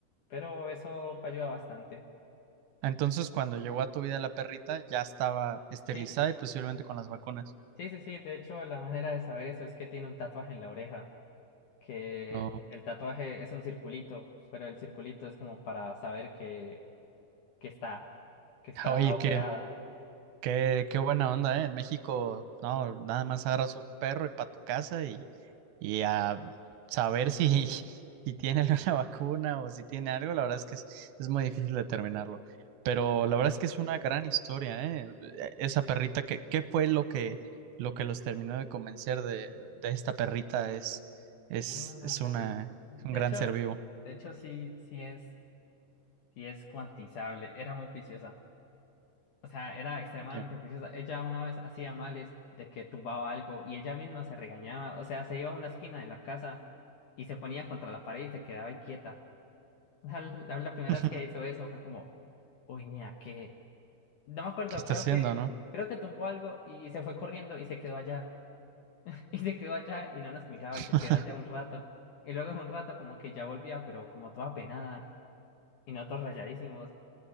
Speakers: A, on the left; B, on the right.
A: Pero eso ayuda bastante.
B: Entonces, cuando llegó a tu vida la perrita, ya estaba esterilizada
A: Sí,
B: y posiblemente con las vacunas.
A: sí, sí, sí. De hecho, la manera de saber eso es que tiene un tatuaje en la oreja, que
B: No.
A: el tatuaje es un circulito, pero el circulito es como para saber que, que está, que está
B: Oye,
A: operada.
B: qué, Qué, qué buena onda, ¿eh? En México, no, nada más agarras un perro y para tu casa y, y a saber si, <laughs> si tiene alguna vacuna o si tiene algo, la verdad es que es, es muy difícil determinarlo. Pero la verdad es que es una gran historia, ¿eh? E, Esa perrita, que, ¿qué fue lo que, lo que los terminó de convencer de, de esta perrita? Es, es,
A: Ah,
B: es
A: dale.
B: una,
A: De
B: es un gran
A: hecho,
B: ser vivo.
A: de hecho sí, sí es. Sí, es cuantizable, era muy juiciosa. O sea, era extremadamente
B: Ya.
A: juiciosa. Ella una vez hacía males de que tumbaba algo y ella misma se regañaba. O sea, se iba a una esquina de la casa y se ponía contra la pared y se quedaba ahí quieta. O sea, la, la primera
B: <laughs>
A: vez que hizo eso fue como, uy, ni a qué. No me acuerdo,
B: ¿Qué está
A: creo
B: haciendo,
A: que,
B: no?
A: creo que tumbó algo y se fue corriendo y se quedó allá. <laughs> Y se quedó allá y no nos miraba
B: <laughs>
A: y se quedó allá un rato. Y luego en un rato como que ya volvía, pero como toda penada y nosotros rayadísimos.